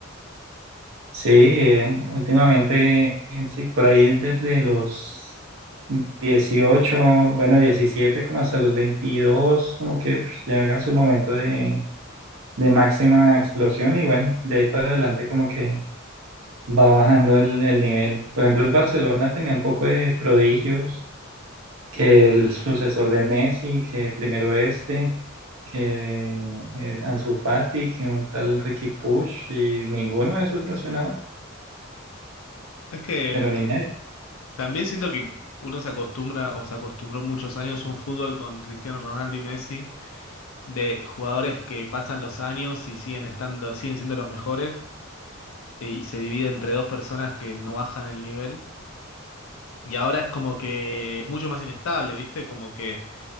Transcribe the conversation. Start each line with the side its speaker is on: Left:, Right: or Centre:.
Right: Sí, eh, últimamente, eh, sí, por ahí desde los 18, bueno, 17, como hasta los 22, como que pf, llega su momento de, de máxima explosión y bueno, de ahí para adelante como que va bajando el, el nivel. Por ejemplo, el Barcelona tenía un poco de prodigios, que el sucesor de Messi, que primero este, que eh, Ansu Fati, que un tal Ricky Push y ninguno de esos ya suena ahora,
Left: Es que
Right: pero ni medio.
Left: También siento que uno se acostumbra o se acostumbró muchos años a un fútbol con Cristiano Ronaldo y Messi, de jugadores que pasan los años y siguen estando, siguen siendo los mejores, eh, y se divide entre dos personas que no bajan el nivel. Y ahora es como que es mucho más inestable, ¿viste? Como que